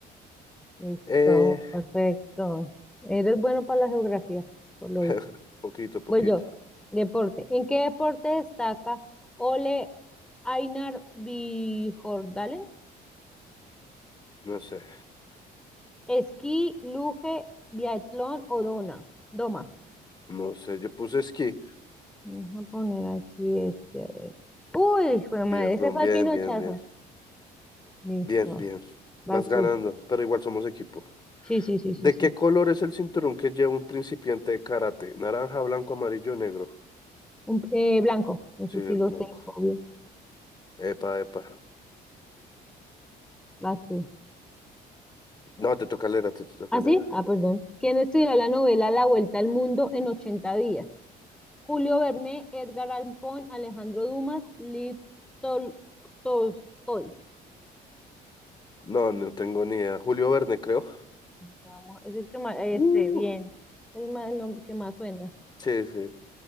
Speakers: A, in the centre; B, on the left (about 25°).
A: Listo,
B: Eh,
A: perfecto. Eres bueno para la geografía, por lo
B: <laughs>
A: visto.
B: poquito, poquito.
A: Voy yo. Deporte. ¿En qué deporte destaca Ole Einar Bjorndalen?
B: No sé,
A: Esquí, luge, biatlón o dona. Doma.
B: no sé. Yo puse esquí,
A: Vamos a poner aquí este, a ver. Uy, fue
B: biatlón,
A: madre, ese fue
B: bien,
A: el pinochazo.
B: bien, bien,
A: Listo.
B: bien, bien.
A: Vas
B: Vas ganando,
A: tú.
B: pero igual somos equipo.
A: Sí, sí, sí,
B: ¿De
A: sí, sí.
B: qué color es el cinturón que lleva un principiante de karate? Naranja, blanco, amarillo, negro.
A: Un, eh, blanco, ese
B: Sí, el
A: sí lo
B: blanco.
A: sé, obvio.
B: Epa, epa.
A: Vas tú.
B: No, te toca leer, a ti, te toca
A: ¿Ah,
B: leer.
A: sí? Ah, perdón. ¿Quién estudió la novela La Vuelta al Mundo en 80 días? Julio Verne, Edgar Allan Poe, Alejandro Dumas, Liv Tol- Tolstoy.
B: No, no tengo ni idea. Julio Verne, creo.
A: Vamos, es el que más, este,
B: Uh,
A: bien. El, ma- el nombre que más suena.
B: sí, sí.